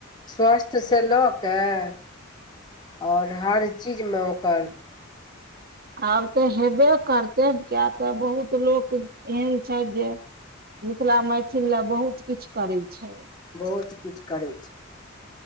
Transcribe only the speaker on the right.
आब तऽ हेबे करते किया तऽ बहुत लोक एहन छैथ जे मिथिला मैथिल ल बहुत किछु करे छै।